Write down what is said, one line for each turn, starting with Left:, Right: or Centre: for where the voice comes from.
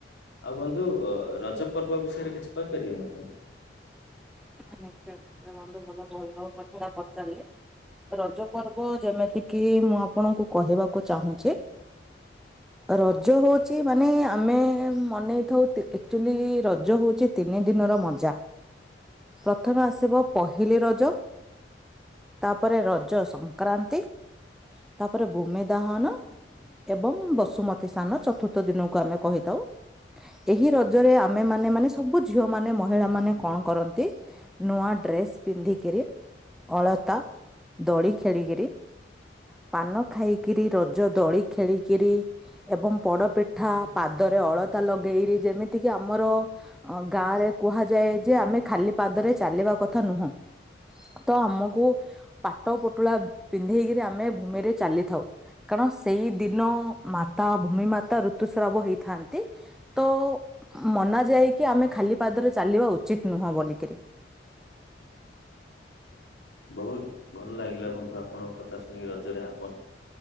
Left: ଆଉ ବନ୍ଧୁ ଅ ର ଜ ପର୍ବ ବିଷୟରେ କିଛି କହିପାରିବେ ମତେ।
Centre: ନିଶ୍ଚୟ ନିଶ୍ଚୟ ବନ୍ଧୁ ଭଲ <unintelligible> ଯୋଉ କଥାଟା ପଚାରିଲେ। ରଜ ପର୍ବ ଯେମିତି କିି ମୁଁ ଆପଣଙ୍କୁ କହିବାକୁ ଚାହୁଁଚି ରଜ ହୋଉଚି ମାନେ ଆମେ ମନେଇଥାଉ ତି ଏକଚୋଲି ରଜ ହୋଉଚି ତିନି ଦିନ। ର ମଜା ପ୍ରଥମେ ଆସିବ ପହିଲି ରଜ। ତାପରେ ରଜ ସଂକ୍ରାନ୍ତି ତାପରେ ଭୂମି ଦାହନ ଏବଂ ବସୁମତୀ ସ୍ନାନ ଚତୁର୍ଥ ଦିନକୁ ଆମେ କହିଥାଉ। ଏହି ରଜରେ ଆମେମାନେ ମାନେ ସବୁ ଝିଅମାନେ ମହିଳାମାନେ କଣ କରନ୍ତି? ନୂଆ ଡ୍ରେସ ପିନ୍ଧିକିରି ଅଳତା ଦୋଳି ଖେଳିକିରି ପାନ ଖାଇକିରି, ରଜ ଦୋଳି ଖେଳିକିରି ଏବଂ ପୋଡ ପିଠା ପାଦ ରେ ଅଳତା ଲଗେଇରି ଯେମତି ଆମର ଅଁ ଗାଁରେ କୁହାଯାଏ ଯେ ଆମେ ଖାଲି ପାଦରେ ଚାଲିବା କଥା ନୁହଁ। ତ ଆମକୁ ପାଟ ପୁଟୁଳା ପିନ୍ଧେଇକିରି ଆମେ ଭୂମିରେ ଚାଲିଥାଉ କାର୍ କାରଣ ସେହି ଦିନ ମାତା ଭୂମି ମାତା ଋତୁସ୍ରାବ ହେଇଥାନ୍ତି ତ ମନା ଯାଏକି ଆମେ ଖାଲି ପାଦରେ ଚାଲିବା ଉଚିତ୍ ନୁହଁ ବୋଲି କିରି
Left: ବୋହୁତ ଭଲ ଲାଗିଲା ବନ୍ଧୁ ଆପଣଙ୍କ କଥା ଶୁଣିକି ରଜରେ ଆପଣ